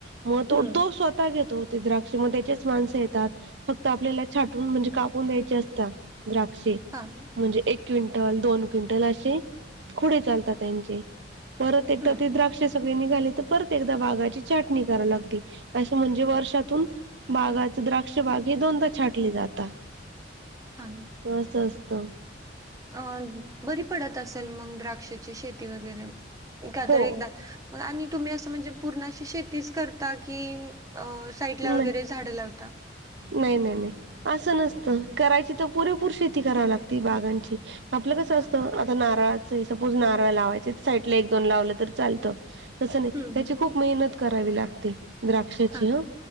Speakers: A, on the right; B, on the right.
A: मग तो
B: हम्म.
A: तो स्वतः घेतो ते द्राक्ष मध्ये त्याचेच माणसं येतात फक्त आपल्याला छाटून म्हणजे कापून द्यायचे अस त्या द्राक्षे
B: हा ना.
A: म्हणजे एक क्विंटल, दोन क्विंटल असे खुडे चालतात त्यांचे. परत एकदा
B: हम्म.
A: ते द्राक्ष तवे निघाली तर परत एकदा बागाची छाटणी करा लागती असं म्हणजे वर्षातून बागाचा द्राक्ष बागे दोनदा छाटले जातात.
B: हा न
A: असं असतं
B: अन बरी पडत असेल मग द्राक्षाची शेती वगैरे का
A: हो.
B: तर एकदा म आणि तुम्ही असं म्हणजे पूर्ण अशी शेतीच करता की अ साईडला
A: नाही
B: वगैरे झाडं लावता
A: नाही नाही नाही. असं नसतं करायची तर पुरेपूर शेती करावी लागते बागांची आपलं कसं
B: हा
A: तस्तं
B: का?
A: आता नारळाच सपोज नारळ लावायच साईडला एक दोन लावलं तर चालतं. तसं नाही
B: हम्म.
A: त्याची खूप मेहनत करावी लागते. द्राक्षाची
B: हा ना
A: ह